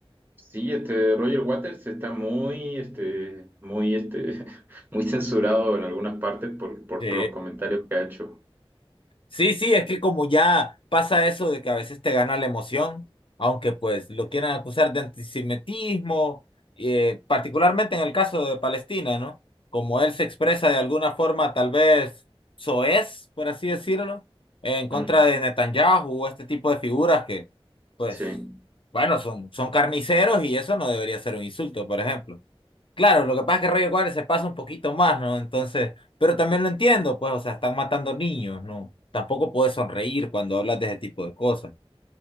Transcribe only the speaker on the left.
Sí.
Sí, sí, es que como ya pasa eso de que a veces te gana la emoción, aunque pues lo quieran acusar de antisemitismo, eh, particularmente en el caso de Palestina, ¿no? Como él se expresa de alguna forma tal vez soez, por así decirlo, en contra
de Netanyahu o este tipo de figuras que, pues,
bueno, son, son carniceros y eso no debería ser un insulto, por ejemplo. Claro, lo que pasa es que Rayo Cuadra se pasa un poquito más, ¿no? Entonces, pero también lo entiendo, pues, o sea, están matando niños, ¿no? Tampoco puedes sonreír cuando hablas de ese tipo de cosas.